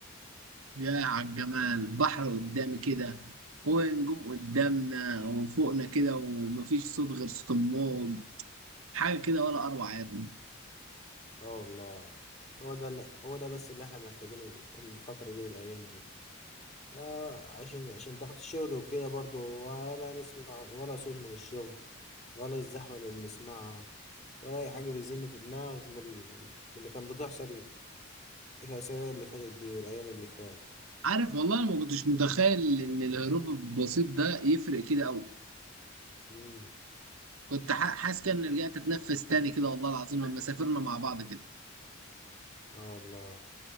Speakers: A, on the right; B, on the left.
A: يا عالجمال بحر قدامي كده ونجوم قدامنا وفوقنا كده ومفيش صوت غير صوت الموج حاجة كده ولا أروع يا ابني
B: اه والله هو ده اللي هو ده بس اللي احنا محتاجينه ال- الفترة دي والأيام دي آه عشان عشان ضغط الشغل وكده برضو ولا نسمع ولا صوت من الشغل ولا الزحمة اللي بنسمعها ولا أي حاجة بتزن في دماغك من ال- من اللي كان بتحصل الأسابيع اللي فاتت دي والأيام اللي فاتت
A: عارف والله أنا ما كنتش متخيل إن الهروب البسيط ده يفرق كده أوي
B: مم.
A: كنت ح- حاسس كأني رجعت أتنفس تاني كده والله العظيم لما سافرنا مع بعض كده
B: اه والله